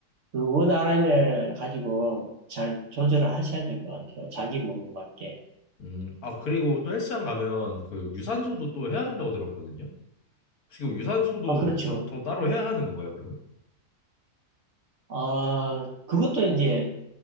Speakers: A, on the right; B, on the left.
A: 그 원하인을 가지고 잘 조절을 하셔야 될 것 같아요. 자기 몸에 맞게.
B: 음, 아, 그리고 또 헬스장 가면 그 유산소도 또 해야 된다고 들었거든요. 혹시 그 유산소도
A: 아, 그렇죠.
B: 저, 저 따로 해야 하는 건가요, 그러면?
A: 아, 그것도 이제